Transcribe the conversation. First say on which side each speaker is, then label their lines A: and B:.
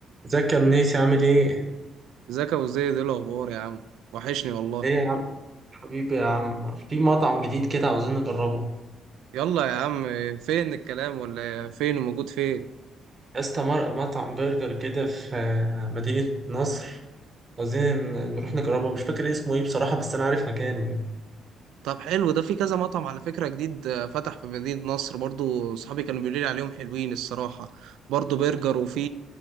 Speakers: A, on the right (about 35°); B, on the right (about 85°).
A: ازيك يا منيسي عامل ايه؟
B: ازيك يا ابو زيد ايه الاخبار يا عم وحشني والله
A: ايه يا عم حبيبي يا عم في مطعم جديد كده عاوزين نجربه
B: يلا يا عم فين الكلام ولا فين وموجود فين
A: يا اسطى مر- مطعم برجر كده في آه، مدينة نصر عاوزين ن- نروح نجربه مش فاكر اسمه ايه بصراحة بس انا عارف مكانه يعني
B: طب حلو ده في كذا مطعم على فكرة جديد آه، فتح في مدينة نصر برضو صحابي كانوا بيقولوا لي عليهم حلوين الصراحة برضو برجر وفي